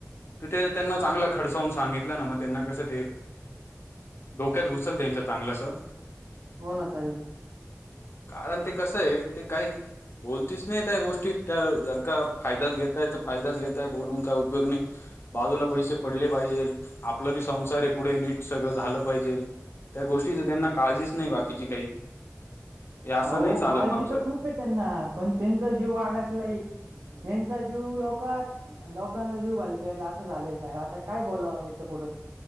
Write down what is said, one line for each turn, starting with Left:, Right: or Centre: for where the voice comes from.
Left: त ते त्यांना चांगलं खडचावून सांगितला ना म त्यांना कसं ते डोक्यात घुसल त्यांच्या चांगलंस
Right: हो ना चालेल ना
Left: कारण ते कसंय ते काईक बोलतीच नाय त्या गोष्टीत त्या जर का फायद्याचं घेताय त फायदाच घेताय बोलून काय उपयोग नाय. बाजूला पैसे पडले पाहिजेल आपला बी संसार ये. पुढे नीट सगळं झालं पाहिजेल त्या गोष्टीच त्यांना काळजीच नाही बाकीची काही हे असं
Right: आहो
Left: नाही चालत
Right: काळजी
Left: नाव सर
Right: तर खूप त्यांना पण त्यांचा जीव अडकला त्यांचा जीव लोकं कात लोकांचा जीव घालत्यात असं झालंय साहेब आता काय बोलावं याच्या पुुढं